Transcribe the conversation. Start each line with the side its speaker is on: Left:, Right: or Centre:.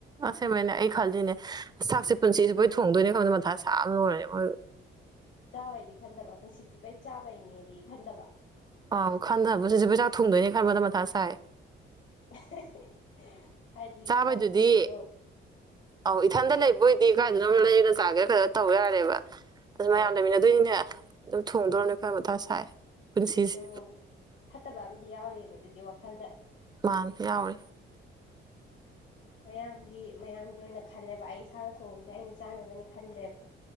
Right: ꯑꯁꯦꯡ ꯃꯥꯏꯅꯦ ꯑꯩ ꯈꯜꯂꯤꯅꯦ ꯊꯥꯛꯁꯦ ꯄꯨꯟꯁꯤꯁꯦ ꯄꯣꯏ ꯊꯣꯡꯗꯣꯏꯅꯦ ꯀꯕꯗ ꯃꯊꯥ ꯁꯥ ꯌꯥꯝꯅ ꯂꯣꯏꯔꯦ ꯃꯣꯏ
Left: ꯆꯥꯕꯩꯗꯤ ꯈꯟꯗꯕ ꯄꯨꯟꯁꯤꯠ ꯆꯨꯞꯄꯩ ꯆꯥꯕꯩꯅꯦꯗꯤ ꯈꯟꯗꯕ
Right: ꯑꯥꯎ ꯈꯟꯗ꯭ꯔ ꯄꯨꯟꯁꯤꯆꯨꯞꯄ ꯆꯥꯛ ꯊꯣꯡꯗꯣꯏꯅꯦ ꯈꯟꯕꯗ ꯃꯊꯥ ꯁꯥꯏ꯫
Left: <unintelligible>
Right: ꯆꯥꯕꯩꯗꯨꯗꯤ
Left: ꯏꯁꯥꯅ ꯊꯣꯡꯖꯩꯗꯣ
Right: ꯑꯧ ꯏꯊꯟꯗ
Left: ꯀꯗꯧꯔꯕ
Right: ꯂꯩꯕꯣꯏ ꯗꯤ ꯀꯥꯏꯗꯅꯣꯝꯃ ꯂꯩꯔ ꯆꯥꯒꯦꯔ ꯀꯩꯅꯣ ꯇꯧꯕ ꯌꯥꯔꯦꯕ
Left: ꯎꯝ
Right: ꯃꯌꯥꯝ ꯂꯩꯃꯤꯟꯅꯗꯣꯏꯅꯤꯅꯦ ꯑꯗꯨꯝ ꯊꯣꯡꯗꯣꯔꯕ ꯈꯔ ꯃꯊꯥ ꯁꯥꯏ ꯄꯨꯟꯁꯤꯁꯤ꯫
Left: ꯎꯝ ꯐꯠꯇꯕ ꯑ ꯌꯥꯎꯔꯤꯑꯕ ꯑꯗꯨꯗꯤ ꯋꯥꯈꯜꯗ
Right: ꯃꯥꯟꯕꯁꯨ ꯌꯥꯎꯔꯤꯦ
Left: ꯃꯌꯥꯝꯒꯤ ꯃꯌꯥꯝꯒꯤ ꯑꯣꯏꯅ ꯈꯜꯂꯦꯕ ꯑꯩ ꯏꯁꯥꯅ ꯊꯣꯡꯉꯤꯖꯦ ꯑꯩꯅ ꯆꯥꯅꯕꯅꯤ ꯈꯟꯗ꯭ꯔꯦꯕ꯫